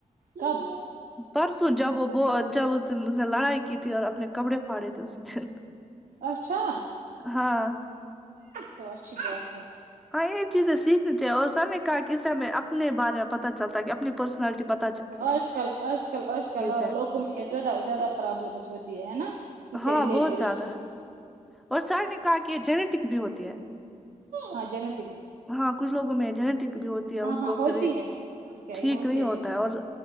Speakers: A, on the right (about 80°); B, in the centre.
A: کب
B: پرسوں جب وہ ب اس دن نے لڑائی کی تھی اور اپنے کپڑے پھاڑے تھے اسی دن
A: اچھا
B: ہاں
A: تو اچھی بات ہے
B: ہاں یہ چیزیں سیکھنی چاھیئے اور سر نے کہا کہ اس سے ہمیں اپنے بارے میں پتا چلتا ہے کہ اپنی پرسنالٹی پ
A: آج کل آج کل آج کلاں
B: ہے
A: لوگوں میں زیادہ زیادہ پرابلمز ہوتی ہے نا شری
B: ہاں
A: لےٹ
B: بہت زیادہ اور سر نے کہا کہ یہ جینیٹک بھی ہوتی ہے
A: ہاں جںیٹک
B: ہاں کچھ لوگوں میں جنیٹک بھی ہوتی ہے ان
A: ہاں ہاں
B: کو
A: ہوتی
B: پھر
A: ہے اور کیا یہ
B: ٹھیک
A: ہوتی
B: نہیں ہوتا
A: جینیٹک
B: ہے اور پھر